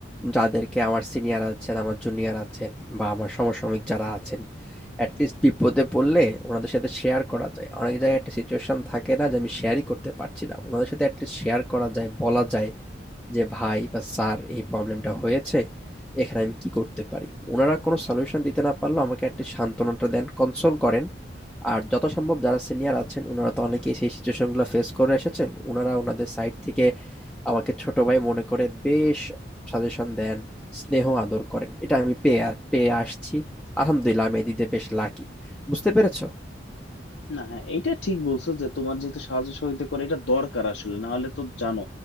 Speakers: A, in the centre; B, on the left (about 75°).
A: যাদেরকে আমার সিনিয়র আছেন, আমার জুনিয়র আছেন বা আমার সমসাময়িক যারা আছেন, at least বিপদে পড়লে ওনাদের সাথে শেয়ার করা যায়। অনেক জায়গায় একটা সিচুয়েশন থাকে না যে আমি শেয়ারই করতে পারছি না। ওনাদের সাথে at least শেয়ার করা যায়, বলা যায় যে ভাই বা স্যার এই প্রবলেমটা হয়েছে, এখানে আমি কি করতে পারি? ওনারা কোনো সলিউশন দিতে না পারলেও আমাকে একটা সান্ত্বনাটা দেন, কনসোল করেন। আর যত সম্ভব যারা সিনিয়র আছেন উনারা তো অনেকেই সেই সিচুয়েশনগুলো ফেস করে এসেছেন উনারা ওনাদের সাইড থেকে আমাকে ছোট ভাই মনে করে বেশ সাজেশন দেন স্নেহ আদর করেন এটা আমি পেয়ে আ- পেয়ে আসছি আলহামদুলিল্লাহ আমি এদিকে বেশ লাকি বুঝতে পেরেছো
B: না হ্যাঁ এটা ঠিক বলছো যে তোমার যেহেতু সাহায্য সহযোগিতা করে এটা দরকার আসলে না হলে তো জানো